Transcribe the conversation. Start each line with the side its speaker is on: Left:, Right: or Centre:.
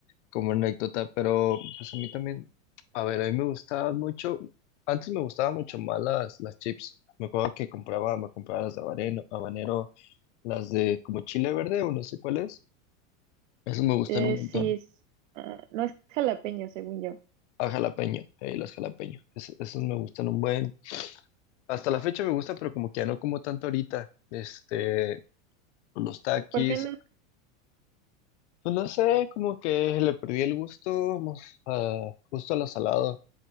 Left: como anécdota, pero pues a mí también, a ver, a mí me gustaban mucho, antes me gustaban mucho más las, las chips. Me acuerdo que compraba, me compraba las de habanero, habanero, las de como chile verde o no sé cuál es. Esas me gustan
Right: Eh,
Left: un montón.
Right: sí, es, ah, no es jalapeño, según yo.
Left: A jalapeño, eh, las jalapeño. Es- esas me gustan un buen. Hasta la fecha me gustan, pero como que ya no como tanto ahorita. Este, los taquis,
Right: ¿Por qué no?
Left: Pues no sé, como que le perdí el gusto mo- a- justo a lo salado.